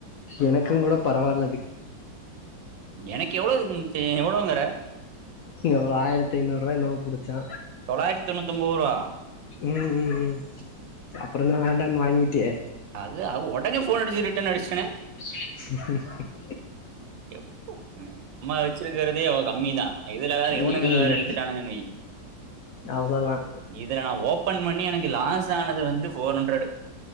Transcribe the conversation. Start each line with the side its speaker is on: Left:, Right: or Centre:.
Left: எனக்குங் கூட பரவால்லது
Right: எனக்கு எவ்ளோ தே எவ்ளோங்குற
Left: எவ்ளோ ஆயிரத்தி ஐந்நூறுவா என்னமோ புடுச்சா
Right: தொள்ளாயிரத்தி தொண்ணூத்தொம்போது ரூவா
Left: ம் ம் ம் அப்பறந்தா வேண்டான்னு வாங்கிட்டியே
Right: அது அவ் ஒடனே ஃபோன் அடுச்சு ரிட்டன் அடுச்டனே
Left: ச ச
Right: நம்ம வச்சுருக்குறதே அவ கம்மிதா இதுல வேற இவனுங்கள்
Left: ம் ம்
Right: வேற எடுத்துட்டானுங்கன் வை
Left: அவ்வளோதான்
Right: இது நான் ஓபன் பண்ணி எனக்கு லாஸ் ஆனது வந்து போர் ஹண்ட்ரடு